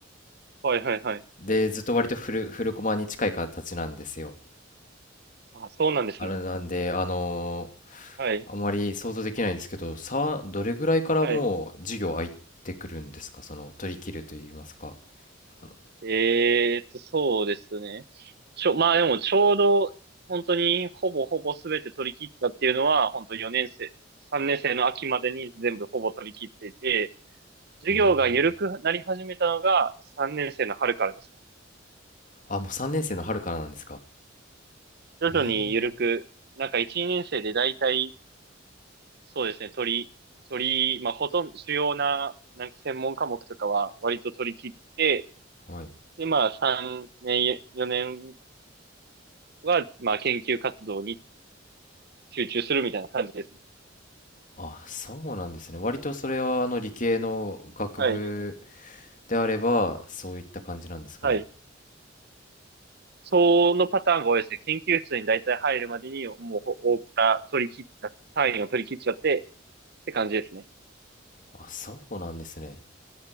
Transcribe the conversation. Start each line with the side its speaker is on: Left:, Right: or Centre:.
Right: はいはいはい。
Left: で、ずっと割とフル、フルコマに近い形なんですよ。
Right: あ、そうなんですね。
Left: あれなんで、あのー
Right: はい。
Left: あまり想像できないんですけど、さ、どれぐらいからもう授業空いてくるんですかその、
Right: はい。
Left: 取り切ると言いますか。あの、
Right: えーと、そうですね。ちょ、まあでもちょうど、本当にほぼほぼ全て取り切ったっていうのは、本当4年生、3年生の秋までに全部ほぼ取り切っていて、授業が緩くなり始めたのが3年生の春からですかね。
Left: へえあ、もう3年生の春からなんですか。
Right: 徐々に緩く、
Left: ええ
Right: なんか1、年生で大体、そうですね、取り、取り、まあほとんど主要な、なんか専門科目とかは割と取り切って、
Left: はい。
Right: でまあ3年、4年は、まあ研究活動に集中するみたいな感じですね。
Left: あ、そうなんですね。割とそれはあの理系の学部
Right: はい。
Left: であれば、そういった感じなんですかね。
Right: はい。そのパターンが多いですね。研究室に大体入るまでに、もう、大きな取り切っちゃ、単位を取り切っちゃって、って感じですね。
Left: あ、そうなんですね。